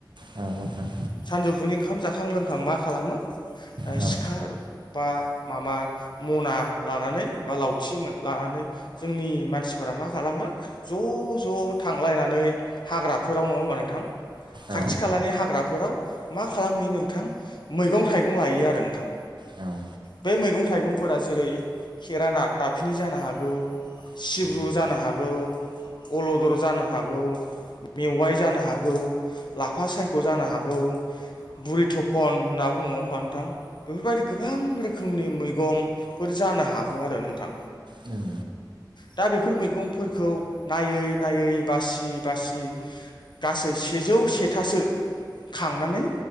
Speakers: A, on the right (about 70°); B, on the left (about 65°).
A: औ नोंथां
B: सानजौफुनि ओंखाम जाखां- लोंखां मा खालामो
A: औ
B: सिखा बा माबा मना लानानै बा लावथि लानानै जोंनि मानसिफोरा मा खालामो ज' ज' थांलायनानै हाग्राफोराव नङा होमबा नोंथां खाथि
A: औ
B: खालानि हाग्राफोराव मा खालामहैयो नोंथां मैगं-थाइगं लायो आरो नोंथां।
A: औ।
B: बे मैगं-थाइगंफोरा जेरै खेराना दाफिनि जानो हागौ,
A: औ
B: सिब्रु जानो
A: औ
B: हागौ, औ अलदर जानो हागौ, मेवाइ जानो हागौ, लाफा सायख' जानो हागौ, बुरि थखन होनना बुङो नङा होमबा नोंथां बेफोरबायदि गोबां रो खोमनि मैगंफोर जानो हागौ आरो नोंथां।
A: नोंथां
B: दा बेफोर मैगंफोरखौ नायै नायै बासि बासि गासै से जौ सेथासो खांनानै